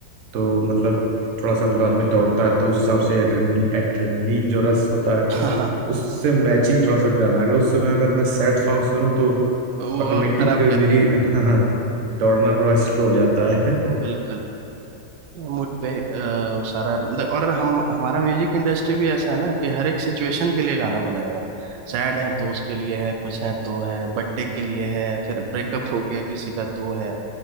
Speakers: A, on the right; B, on the right.
A: तो मतलब थोड़ा सा मतलब आदमी दौड़ता है तो उस हिसाब से एड्रेनल एड्रेनलिन जो रस होता है तो
B: हम्म। <laughs>
A: उससे मैचिंग थोड़ा सा गाना अगर उस समय अगर मैं सैड सॉन्ग सुनूं तो
B: वो
A: ऑटोमेटिक
B: और खराब कर
A: मेरी
B: देगा
A: <laughs> दौड़ना थोड़ा स्लो हो जाता है
B: बिल्कुल मूड पे अ, सारा मतलब और हम हमारा म्यूजिक इंडस्ट्री भी ऐसा है ना कि हर एक सिचुएशन के लिए गाना बनाया हुआ है सैड है तो उसके लिए है कुछ है तो है बर्थडे के लिए है फिर ब्रेकअप हो गया किसी का तो है